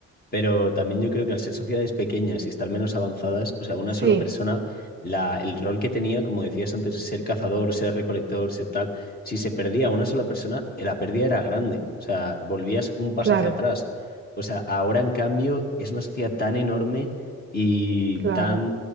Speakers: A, on the left (about 30°); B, on the right (about 35°).
A: Pero también yo creo que al ser sociedades pequeñas y estar menos avanzadas, o sea, una
B: sí,
A: sola persona, la, el rol que tenía, como decías antes, ser cazador, ser recolector, ser tal, si se perdía una sola persona, eh, la pérdida era grande. O sea, volvías un paso
B: claro.
A: hacia atrás. O sea, ahora en cambio es una sociedad tan enorme y
B: Claro.
A: tan,